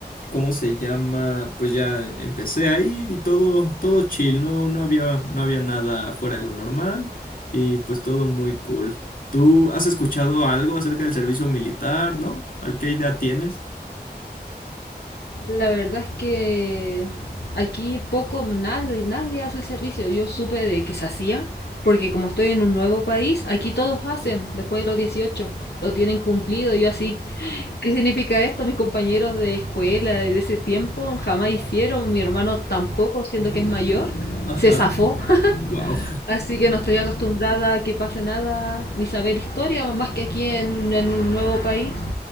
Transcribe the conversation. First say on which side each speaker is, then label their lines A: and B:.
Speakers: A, on the left; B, on the left.
A: ¿Cómo se llama? Pues ya empecé a ir y todo, todo chill, no, no había, no había nada fuera de lo normal y pues todo muy cool. ¿Tú has escuchado algo acerca del servicio militar, no? ¿Al qué idea tienes?
B: La verdad es que aquí poco, nadie, nadie hace el servicio. Yo supe de que se hacía, porque como estoy en un nuevo país, aquí todos hacen, después de los 18 lo tienen cumplido. Yo así ¿Qué significa esto? Mis compañeros de escuela de ese tiempo jamás hicieron, mi hermano tampoco, siendo que es mayor,
A: Ajá.
B: se zafó.
A: Wow.
B: Así que no estoy acostumbrada a que pase nada, ni saber historia, más que aquí en, en un nuevo país.